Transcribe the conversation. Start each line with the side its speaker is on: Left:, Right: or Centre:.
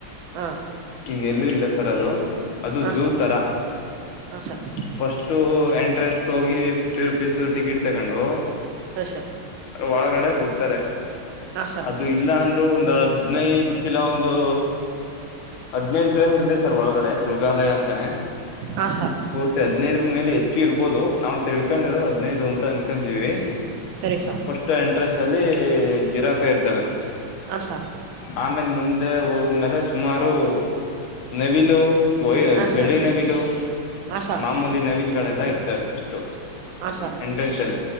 Right: ಹಾ
Left: ಇನ್ನೆಲ್ಲೂ ಇಲ್ಲ ಸರ್ ಅದು ಅದು
Right: ಹಾ
Left: ಝೂ
Right: ಸ
Left: ತರ
Right: ಹಾ ಸರ್
Left: ಫಸ್ಟು ಎಂಟ್ರೆನ್ಸ್ ಹೋಗಿ ಫಿಫ್ಟಿ ರುಪೀಸ್ ಟಿಕೆಟ್ ತಗೊಂಡು
Right: ಅಷಾ
Left: ಒಳಗಡೆ ಬಿಡ್ತಾರೆ
Right: ಹಾ ಸ
Left: ಅದು ಇಲ್ಲ ಅಂದ್ರರು ಒಂದು ಹದ್ ನೈದು ಕಿಲೋ ಒಂದು ಹದ್ ನೈದು ಕಿಲೋಮೀಟರ್ ದ ಸರ್ ಒಳಗಡೆ ಮೃಗಾಲಯ ಅಂತಾನನೆ
Right: ಆ ಸಾ ಸಾರ್
Left: ಪೂರ್ತಿ ಹದನೈದರ ಮೇಲೆ ಹೆಚ್ಚು ಇರ್ಬೋದು ನಾವು ತಿಳ್ಕೊಂಡಿರೋದು ಹದನೈದು ಅಂತ ಅನ್ಕೀವಿ.
Right: ಸರಿಸಾ.
Left: ಫಸ್ಟ್ ಎಂಟ್ರೆನ್ಸ್ ಅಲ್ಲಿ ಜಿರಾಫೆ ಇರ್ತವೆ.
Right: ಹಾ ಸಾ.
Left: ಆಮೇಲೆ ಮುಂದೆ ಹೋಗ್ಮೇಲೆ ಸುಮಾರು. ನವಿಲು ಒ
Right: ಆಶಾ
Left: ಬೆಳಿ ನವಿಲು.
Right: ಆಶಾ
Left: ಮಾಮೂಲಿ ನವಿಲ್ಗಳೆಲ್ಲ ಇರ್ತವೆ ಫರ್ಸ್ಟ್ಟು.
Right: ಹಾ ಸಾ.
Left: ಎಂಟ್ರೆನ್ಸ್ ಅಲ್ಲಿ